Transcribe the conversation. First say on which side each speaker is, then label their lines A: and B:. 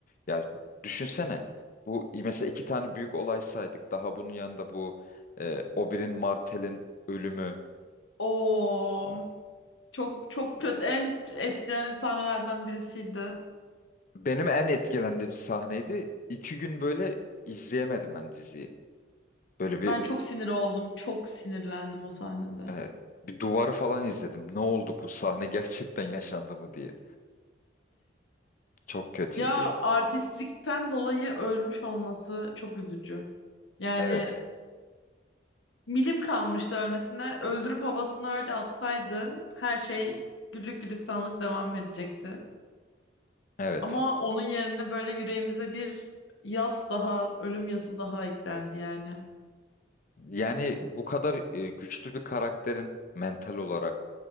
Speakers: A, on the left (about 45°); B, on the left (about 85°).
A: Ya düşünsene bu mesela iki tane büyük olay saydık daha bunun yanında bu e, Oberyn Martell'in ölümü.
B: Oo, çok çok kötü en etkilendiğim sahnelerden birisiydi.
A: Benim en etkilendiğim sahneydi. İki gün böyle izleyemedim ben diziyi. Böyle bir
B: Ben çok sinir oldum. Çok sinirlendim o sahnede.
A: e, bir duvarı falan izledim. Ne oldu bu sahne <laughs> gerçekten yaşandı mı diye. Çok kötüydü
B: Ya
A: ya.
B: artistlikten dolayı ölmüş olması çok üzücü. Yani
A: Evet,
B: milim kalmıştı ölmesine. Öldürüp havasına öyle atsaydı her şey güllük gülistanlık devam edecekti.
A: evet.
B: Ama onun yerine böyle yüreğimize bir yas daha, ölüm yası daha eklendi yani.
A: Yani bu kadar e, güçlü bir karakterin mental olarak